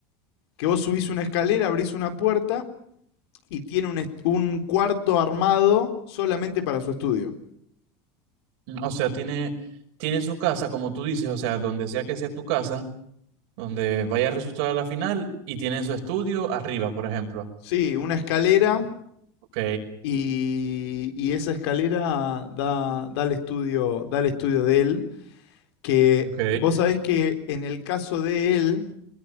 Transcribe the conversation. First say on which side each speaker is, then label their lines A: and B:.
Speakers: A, on the left; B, on the right.
A: que vos subís una escalera, abrís una puerta y tiene un, est- un cuarto armado solamente para su estudio.
B: Mm, O sea, tiene, tiene su casa, como tú dices, o sea, donde sea que sea tu casa, donde vaya a resultar a la final, y tiene su estudio arriba, por ejemplo.
A: Sí, una escalera
B: Ok,
A: y, y esa escalera da, da el estudio, da el estudio de él, que
B: ok,
A: vos sabés que en el caso de él